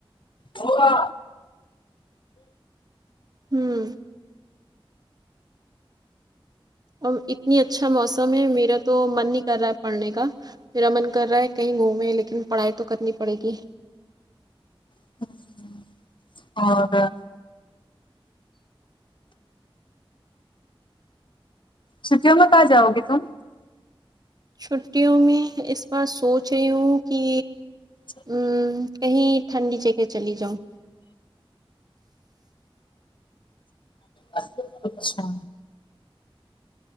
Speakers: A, on the left; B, on the right.
A: ہوگا
B: ہمم آ اتنی اچھا موسم ہے میرا تو من نہیں کر رہا ہے پڑھنے کا میرا من کر رہا ہے کہیں گھومے لیکن پڑھائی تو کرنی پڑے گی
A: ہمم اور چھٹیوں میں پاس جاؤ گے تم
B: چھٹیوں میں اس بار سوچ رہی ہوں کی
A: اچھا
B: ہمم کہیں ٹھنڈی جگہ چلی جاؤں
A: اچھا